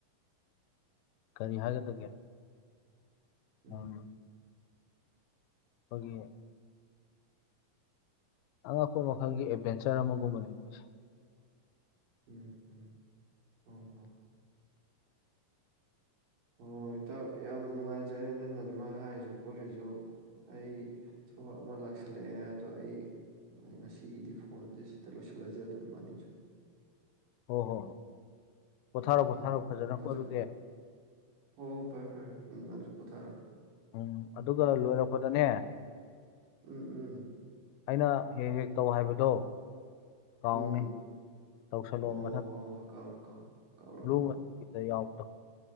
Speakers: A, on the left; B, on the right.
A: ꯀꯔꯤ ꯍꯥꯏꯒꯗꯒꯦ
B: ꯎꯝ
A: ꯍꯣꯏ ꯑꯩꯈꯣꯏꯒꯤ ꯑꯉꯛꯄ ꯃꯈꯜꯒꯤ ꯑꯦꯠꯚꯦꯟꯆꯔ ꯑꯃꯒꯨꯝꯕꯅꯦ ꯃꯣꯏꯁꯦ
B: ꯎꯝ ꯎꯝ ꯍ ꯍꯣ ꯍꯣꯏ ꯏꯇꯥꯎ ꯌꯥꯝ ꯅꯨꯡꯉꯥꯏꯖꯔꯦ ꯅꯪꯅ ꯑꯗꯨꯃꯥꯏ ꯍꯥꯏꯔꯤꯁꯨ ꯈꯣꯠꯂꯤꯁꯨ ꯑꯩ ꯊꯕꯛ ꯑꯃ ꯂꯥꯛꯁꯜꯂꯛꯑꯦ ꯑꯗꯣ ꯑꯩ ꯉꯁꯤꯒꯤꯗꯤ ꯐꯣꯟꯁꯦ ꯁꯤꯗ ꯂꯣꯏꯁꯤꯜꯂꯁꯦ ꯑꯗꯨꯝ ꯏꯕꯥꯅꯤꯁꯨ <unintelligible>
A: ꯍꯣ ꯍꯣꯏ ꯄꯣꯊꯥꯔꯣ
B: ꯎꯝ
A: ꯄꯣꯊꯥꯔꯣ ꯐꯖꯅꯀꯣ
B: ꯎꯝ ꯐꯖꯨ
A: ꯑꯗꯨꯗꯤ
B: ꯍꯣ ꯍꯣ ꯐꯔꯦ ꯐꯔꯦ ꯎꯝ ꯅꯪꯁꯨ ꯄꯣꯠꯊꯥꯔꯣ
A: ꯎꯝ ꯑꯗꯨꯒ ꯂꯣꯏꯔꯛꯄꯗꯅꯦ
B: ꯎꯝ ꯎꯝ
A: ꯑꯩꯅ ꯍꯦꯛ ꯍꯦꯛ ꯇꯧ ꯍꯥꯏꯕꯗꯣ ꯀꯥꯎꯅꯤ
B: ꯎꯝ
A: ꯇꯧꯁꯜꯂꯣ
B: ꯑꯣ
A: ꯃꯊꯛ
B: ꯍꯣꯏ ꯍꯣꯏ ꯀꯥꯎꯔꯣꯏ ꯀꯥꯎꯔꯣꯏ ꯀꯥꯎꯔꯣꯏ
A: ꯕ꯭ꯂꯨ
B: ꯀꯥꯎꯔꯣꯏ
A: ꯃꯆꯨꯒꯤꯗ ꯌꯥꯎꯕꯗꯣ